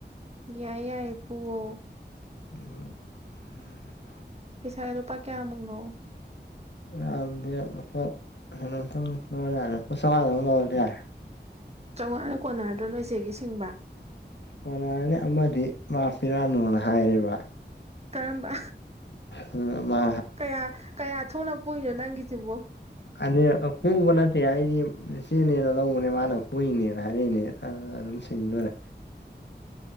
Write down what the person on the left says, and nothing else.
<unintelligible>
ꯌꯥꯝꯗꯦ ꯂꯨꯄꯥ ꯀꯩꯅꯣꯝꯇꯪ ꯂꯧꯔ ꯌꯥꯔꯦ ꯂꯨꯄꯥ ꯆꯧꯉꯥꯇꯪ ꯂꯧꯔꯗꯤ ꯌꯥꯔꯦ
ꯀꯣꯟꯅꯥꯔꯅꯤ ꯑꯃꯗꯤ ꯃꯥ ꯄꯤꯔꯛꯑꯅꯨꯅ ꯍꯥꯏꯔꯦꯕ
ꯈꯪ ꯑꯃꯥ
ꯑꯅꯤꯔꯛ ꯄꯨꯕ ꯅꯠ ꯑꯦ ꯑꯩꯗꯤ ꯏꯆꯦꯅꯦꯅ ꯂꯧꯕꯅꯦ ꯃꯥꯅ ꯄꯨꯏꯅꯦꯅ ꯍꯥꯏꯔꯛꯏꯅꯦ ꯑꯗꯨꯅ ꯑꯗꯨꯝ ꯁꯤꯡꯗꯣꯔꯦ